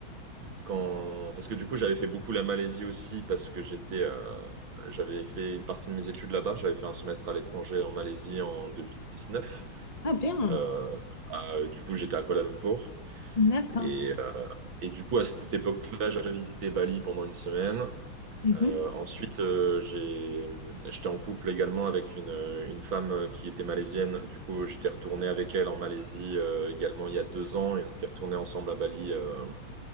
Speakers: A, on the right (about 70°); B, on the left (about 25°).
A: Quand... Parce que du coup, j'avais fait beaucoup la Malaisie aussi, parce que j'étais, euh, j'avais fait une partie de mes études là-bas. J'avais fait un semestre à l'étranger en Malaisie en 2019.
B: Ah, bien.
A: Euh, à- du coup, j'étais à Kuala Lumpur.
B: D'accord.
A: Et, euh, et du coup, à cette époque-là, j'avais visité Bali pendant une semaine.
B: Mhm.
A: Euh, ensuite, euh, j'ai, j'étais en couple également avec une, une femme qui était malaisienne. Du coup, j'étais retourné avec elle en Malaisie euh, également il y a deux ans et on était retourné ensemble à Bali. euh,